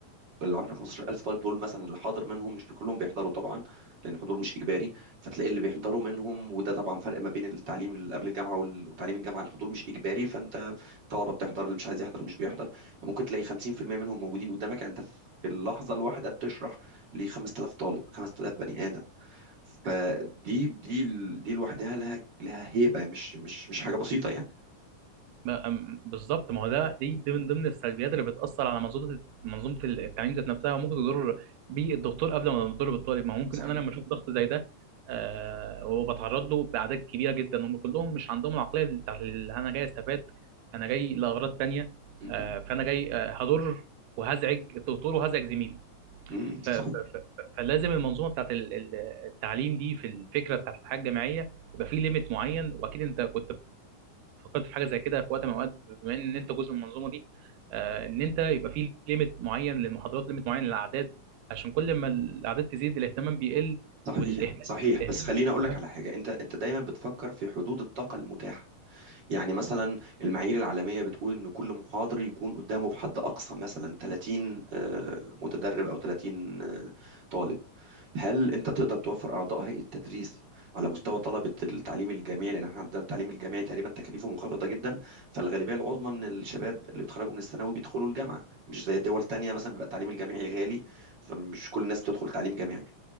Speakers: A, on the right (about 50°); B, on the right (about 80°).
A: ال 10 15000 طالب دول مثلا اللي حاضر منهم مش كلهم بيحضروا طبعا لان الحضور مش اجباري فتلاقي اللي بيحضروا منهم وده طبعا فرق ما بين التعليم اللي قبل الجامعه وال- وتعليم الجامعه الحضور مش اجباري فانت الطلبه بتحضر اللي مش عايز يحضر مش بيحضر فممكن تلاقي 50% منهم موجودين قدامك يعني انت في اللحظه الواحده بتشرح ل 5000 طالب 5000 بني ادم فدي دي ال- دي لوحدها لها لها هيبه مش مش مش حاجه بسيطه يعني
B: ما- أم- بالظبط ما هو ده دي دي من ضمن السلبيات اللي بتأثر على منظومة منظومة التعليم ذات نفسها وممكن تضر بالدكتور قبل ما تضر بالطالب ما هو ممكن
A: صحيح
B: انا لما اشوف ضغط زي ده آه وبتعرض له بأعداد كبيرة جدا هم كلهم مش عندهم العقلية بتاعت اللي انا جاي استفاد انا جاي لأغراض تانية
A: م-
B: آه
A: م-
B: فانا جاي آه هضر وهزعج الدكتور وهزعج زميلي
A: م-
B: ف- ف-
A: صحيح
B: ف- ف- فلازم المنظومة بتاعت ال- ال- التعليم دي في الفكرة بتاعت الحياة الجامعية يبقى في ليميت معين واكيد انت كنت فكرت في حاجه زي كده في وقت من الاوقات بما ان انت جزء من المنظومه دي آه، ان انت يبقى في ليميت معين للمحاضرات ليميت معين للاعداد عشان كل ما الاعداد تزيد الاهتمام بيقل
A: صحيح
B: والاهمال
A: صحيح
B: والاهمال
A: بس خليني اقول
B: <laughs>
A: لك على حاجه انت انت دايما بتفكر في حدود الطاقه المتاحه يعني مثلا المعايير العالميه بتقول ان كل محاضر يكون قدامه بحد اقصى مثلا 30 آه، متدرب او 30 آه، طالب هل انت تقدر توفر اعضاء هيئه التدريس على مستوى طلبه التعليم الجامعي لان احنا عندنا التعليم الجامعي تقريبا تكاليفه منخفضه جدا فالغالبيه العظمى من الشباب اللي بيتخرجوا من الثانوي بيدخلوا الجامعه مش زي دول تانية مثلا بيبقى التعليم الجامعي غالي فمش كل الناس بتدخل تعليم جامعي